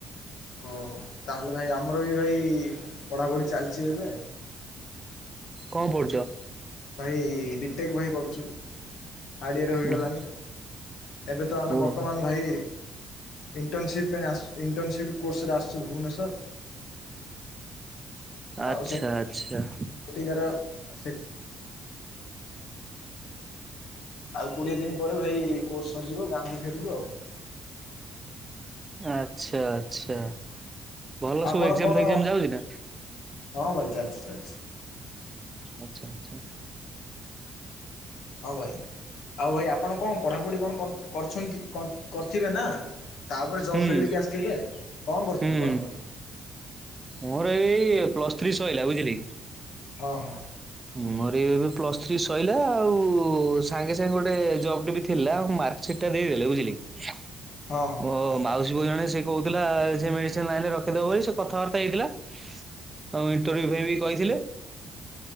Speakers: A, on the left (about 80°); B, on the right (about 20°).
A: ଓହୋ ତାହେଲେ ଭାଇ ଆମର ବି ଭାଇ ପଢ଼ାପଢ଼ି ଚାଲିଛି ଏବେ।
B: କଣ ପଢ଼ୁଛ?
A: ଭାଇ ବିଟେକ୍ ଭାଇ କରୁଛୁ। ଥାର୍ଡ଼ ଇୟର ହୋଇଗଲାଣି।
B: ଓହୋ
A: ଏବେ ତ ଆମେ
B: ଓହୋ।
A: ବର୍ତ୍ତମାନ ଭାଇ ଇଣ୍ଟର୍ନସିପ୍ ପାଇଁ ଆସିଛୁ ଇଣ୍ଟର୍ନସିପ କୋର୍ସ ରେ ଆସିଛୁ ଭୂବନେଶ୍ଵର।
B: ଆଛା
A: ଆଉ
B: ଆଚ୍ଛା।
A: ସେଠିକାର ସେ ଆଉ କୋଡିଏ ଦିନ ପରେ ଭାଇ କୋର୍ସ୍ ସରିଯିବ ଗାଁକୁ ଫେରିବୁ ଆଉ।
B: ଆଛା, ଆଚ୍ଛା। ଭଲ
A: ଆପଣ
B: ସବୁ ଏକ୍ଜାମ
A: କଣ
B: ଫେଜାମ୍ ଯାଉଛି ନା?
A: ହଁ, ଭାଇ ଚାଲିଛି, ଚାଲିଛି।
B: ଆଚ୍ଛା ଆଚ୍ଛା।
A: ହଁ, ଭାଇ ଆଉ ଭାଇ ଆପଣ କଣ ପଢ଼ାପଢ଼ି କଣ କରିଛନ୍ତି କରିଥିବେ ନା? ତାପରେ ଜବ୍
B: ହୁଁ
A: ଫିଲ୍ଡିକି ଆସିଥିବେ। କଣ କରୁଥିଲେ
B: ହୁଁ
A: ପଢ଼ାପଢ଼ି?
B: ମୋର ଏଇ ପ୍ଲସ୍ ଥ୍ରୀ ସରିଲା ବୁଝିଲେ କି।
A: ହଁ, ହଁ।
B: ମୋର ଏବେ ପ୍ଲସ୍ ଥ୍ରୀ ସରିଲା ଆଉ ସାଙ୍ଗେ ସାଙ୍ଗେ ଗୋଟେ ଜବ ଟି ବି ଥିଲା ଆ ମା ସେଟା ଦେଇଦେଲେ ବୁଝିଲି କି
A: ହଁ ହଁ
B: ମୋ ମାଉସୀ ପୁଅ ଜଣେ ସେ କହୁଥିଲା ସେ ମେଡିସିନ୍ ଲାଇନ ରେ ର ଦବ ବୋଲି ସେ କଥାବାର୍ତ୍ତା ହେଇଥିଲା, ଆଉ ଇଣ୍ଟରଭି୍ୟୁ ବି କହିଥିଲେ।